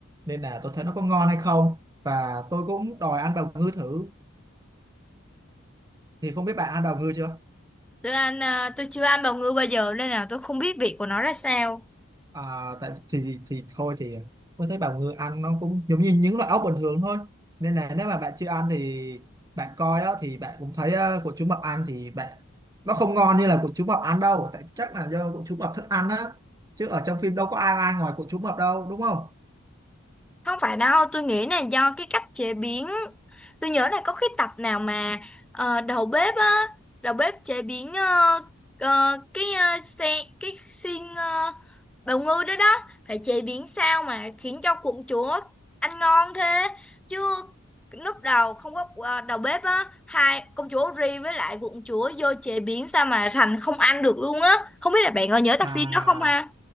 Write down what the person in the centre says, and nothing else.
Tôi ăn à, tôi chưa ăn bào ngư bao giờ nên là tôi không biết vị của nó ra sao.
Không phải đâu, tôi nghĩ là do cái cách chế biến. Tôi nhớ là có cái tập nào mà ờ, đầu bếp á, đầu bếp chế biến ờ, ờ, cái ờ, xe cái xiên ờ, bào ngư đó đó phải chế biến sao mà khiến cho quận chúa ăn ngon thế. Chứ lúc đầu không có ờ, đầu bếp á, hai công chúa ri với lại quận chúa vô chế biến sao mà thành không ăn được luôn á. Không biết là bạn có nhớ tập
phim đó không ha?